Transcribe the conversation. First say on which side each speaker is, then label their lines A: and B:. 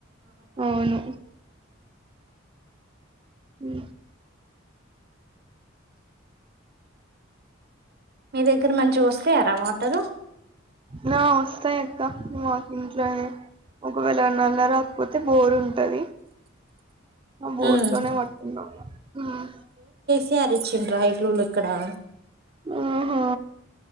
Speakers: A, on the right; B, on the right.
A: అవును హ్మ్
B: మీ దగ్గర మంచిగా వస్తాయారా వాటరు
A: నా వస్తాయి అక్క మాకు ఇంట్లోనే ఒకవేళ నాళ రాకపోతే బోరు ఉంటది బోర్
B: ఉమ్
A: లోనే వాట్కున్నా ఇగ ఆ
B: తే అరిచంట ఇలులుక్కడా
A: ఆహా